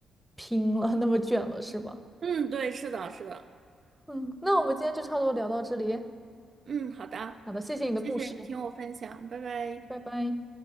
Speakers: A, in the centre; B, on the right.
A: 拼了，<laughs> 那么卷了，是吧？
B: 嗯，对，是的，是的，
A: 嗯，那我们今天就差不多聊到这里。
B: 嗯，好的，
A: 好的，谢谢你的故事，
B: 谢谢你听我分享，拜拜。
A: 拜拜。